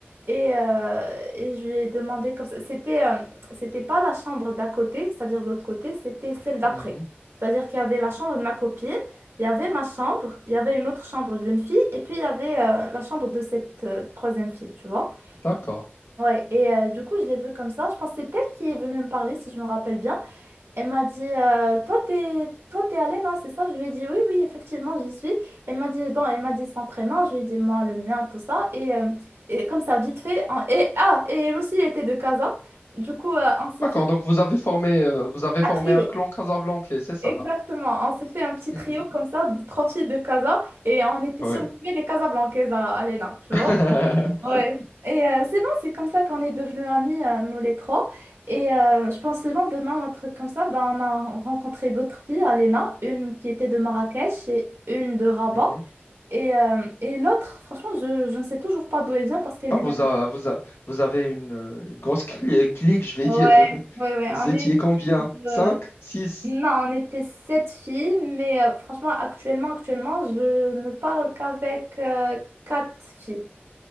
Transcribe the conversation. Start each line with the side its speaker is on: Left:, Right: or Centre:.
Right: Et, euh, et je lui ai demandé comme ça. C'était euh, c'était pas la chambre d'à côté, c'est-à-dire de l'autre côté, c'était celle d'après.
Left: mhm.
Right: C'est-à-dire qu'il y avait la chambre de ma copine, il y avait ma chambre, il y avait une autre chambre d'une fille, et puis il y avait euh, la chambre de cette euh, troisième fille, tu vois.
Left: D'accord.
Right: Ouais, et euh, du coup, je l'ai vue comme ça. Je pense que c'est elle qui est venue me parler, si je me rappelle bien. Elle m'a dit, euh, toi, t'es, toi, t'es allée, non, c'est ça? Je lui ai dit, oui, oui, effectivement, j'y suis. Elle m'a dit, bon, elle m'a dit son prénom, je lui ai dit, moi, le mien, tout ça. Et, euh, et comme ça, vite fait, en- et, ah, et elle aussi, elle était de Casa. Du coup, euh, on s'est
Left: D'accord.
Right: fait
Left: Donc vous avez formé euh, vous avez
Right: un
Left: formé
Right: trio.
Left: un clan casablancais, c'est ça?
Right: Exactement, on s'est fait un petit trio
Left: <laughs>
Right: comme ça, de trois filles de Casa. Et on était
Left: Ouais.
Right: surnommées les Casablancaises à, à l'ENA, tu
Left: <laughs>
Right: vois. Ouais. Et euh, c'est bon, c'est comme ça qu'on est devenus amis, euh, nous les trois. Et euh, je pense le lendemain, un truc comme ça, ben, on a rencontré d'autres filles à l'ENA, une qui était de Marrakech et une de Rabat.
Left: Mhm.
Right: Et, euh, et l'autre, franchement, je, je ne sais toujours pas d'où elle vient parce qu'elle
Left: Ah, vous,
Right: est maintenant.
Left: a- vous, a- vous avez une, euh, une grosse cli- clique, je vais
Right: Ouais,
Left: dire. <laughs>
Right: ouais, ouais,
Left: Vous
Right: on
Left: étiez
Right: est...
Left: combien?
Right: euh,
Left: cinq six
Right: Non, on était sept filles, mais euh, franchement, actuellement, actuellement, je ne parle qu'avec euh, quatre filles.